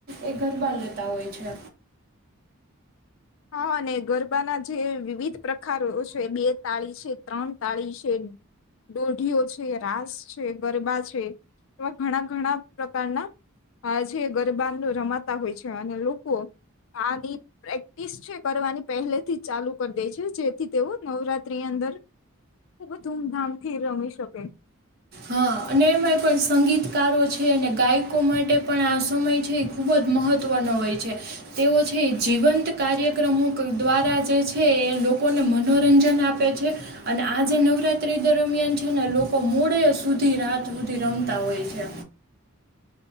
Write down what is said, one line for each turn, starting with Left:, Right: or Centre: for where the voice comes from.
Right: એ ગરબા લેતા હોય છે
Left: હા અને ગરબાના જે વિવિધ પ્રકારો છે બે તાળી છે ત્રણ તાળી છે દોઢીઓ છે રાસ છે ગરબા છે એવા ઘણા ઘણા પ્રકારના જે ગરબા રમાતા હોય છે અને લોકો આની ઈ છે કરવાની પહેલેથી ચાલુ કરી દે છે જેથી તેઓ નવરાત્રીની અંદર ખૂબ ધૂમધામથી રમી શકે
Right: હા અને એમાંય પણ સંગીતકારો છે અને ગાયકો માટે પણ આ સમય છે એ ખૂબ જ મહત્વનો હોય છે તેઓ છે એ જીવંત કાર્યક્રમો દ્વારા જે છે એ લોકોને મનોરંજન આપે છે અને આ જે નવરાત્રી દરમિયાન છે ને લોકો મોળે સુધી રાત સુધી રમતા હોય છે